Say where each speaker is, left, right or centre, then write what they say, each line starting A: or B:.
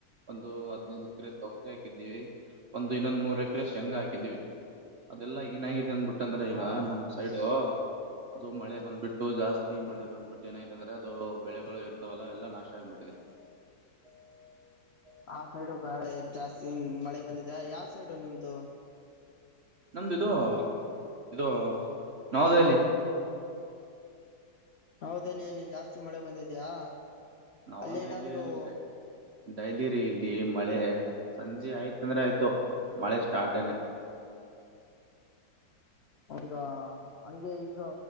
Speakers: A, on the right (about 65°); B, on the left (about 80°).
A: ಒಂದು ಹದ್ಿನೈದು ಎಕರೆ ತಗರಿ ಹಾಕಿದ್ದೀವಿ ಒಂದು ಇನ್ನೊಂದ ಮೂರ್ ಎಕರೆ ಶೇಂಗಾ ಹಾಕಿದ್ದೀವಿ ಅದೆಲ್ಲಾ ಏನಾಗಿದೆ ಅಂದ್ಬಿಟ್ಟಂದ್ರೆ ಈಗ
B: ಹಾ
A: ನಮ್ ಸೈಡು ಅದು ಮಳೆ ಬಂದ್ಬಿಟ್ಟ ಇತ್ತು ಜಾಸ್ತಿ ಮಳೆ ಬಂದ್ಬಿಟ್ಟು ಏನೈತೆ ಅಂದ್ರೆ ಅದು ಬೆಳೆಗಳು ಇರ್ತಾವಲ್ಲ ಎಲ್ಲಾ ನಾಶ ಆಗ್ಬಿಟ್ಟಿದೆ ಹ್ಮ
B: ಆ ಸೈಡು ಬಳೆ ಜಾಸ್ತಿ ಮಳೆ ಬಂದಿದೆ ಯಾವ ಸೈಡು ನಿಮ್ದು
A: ನಮ್ದು ಇದು ಇದು ನವದೆಹಲಿ
B: ನವದೆಹಲಿಯಲ್ಲಿ ಜಾಸ್ತಿ ಮಳೆ ಬಂದಿದ್ಯಾ
A: ನವದೆಹಲಿಯಲ್ಲಿದೆ
B: ಅಲ್ಲೇನಾದ್ರೂ
A: ಡೈಲಿ <unintelligible> ಇಲ್ಲಿ ಮಳೆ ಸಂಜೆ ಆಯ್ತ ಅಂದ್ರೆ ಆಯ್ತು ಮಳೆ ಸ್ಟಾರ್ಟಏನೆ
B: ಹೌದಾ ಹಂಗೆ ಈಗ